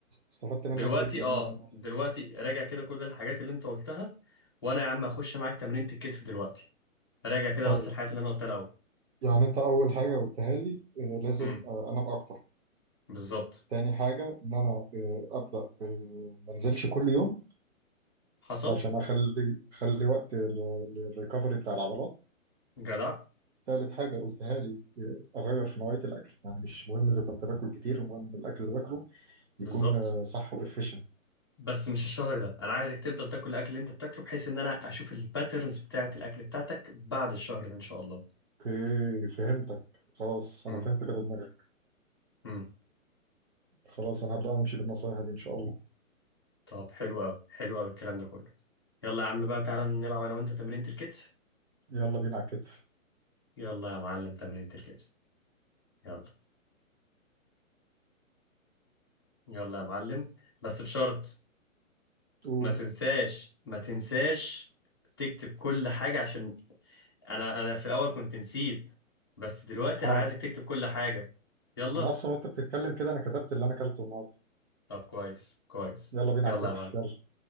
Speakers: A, on the right; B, on the left.
A: استفدت منك
B: دلوقتي
A: جدا
B: اه
A: يعني النهارده
B: دلوقتي راجع كده كل الحاجات اللي انت قلتها وانا يا عم هخش معاك تمرينة الكتف دلوقتي راجع كده
A: طيب
B: بس الحاجات اللي انا قلتها الاول
A: يعني انت اول حاجه قلتها لي آه، لازم
B: امم
A: آه، انام اكتر
B: بالظبط
A: تاني حاجه ان انا آه، ابدا آه، ما انزلش كل يوم
B: حصل
A: عشان اخلي اخلي وقت للريكفري بتاع العضلات
B: جدع
A: تالت حاجة قلتها لي آه، أغير في نوعية الأكل يعني مش مهم إذا كنت باكل كتير المهم الأكل اللي باكله
B: بالظبط
A: يكون آه، صح وإفيشنت
B: بس مش الشهر ده انا عايزك تفضل تاكل الاكل اللي انت بتاكله بحيث ان انا اشوف الباترنز بتاعه الاكل بتاعتك بعد الشهر ده ان شاء الله
A: أوكي فهمتك خلاص
B: امم
A: أنا فهمت كده دماغك
B: امم
A: خلاص أنا هبدأ أمشي بالنصايح دي إن شاء الله
B: طب حلو قوي حلو قوي الكلام ده كله يلا يا عم بقى تعالى نلعب انا وانت تمرينة الكتف
A: يلا بينا على الكتف
B: يلا يا معلم تمرينة الكتف يلا يلا يا معلم بس بشرط
A: قول
B: ما تنساش ما تنساش تكتب كل حاجة عشان انا انا في الاول كنت نسيت بس دلوقتي
A: حاضر
B: انا عايزك تكتب كل حاجة يلا
A: أنا أصلا وأنت بتتكلم كده أنا كتبت اللي أنا أكلته النهاردة
B: طب كويس كويس
A: يلا بينا
B: يلا
A: على الكتف
B: يا معلم
A: يلا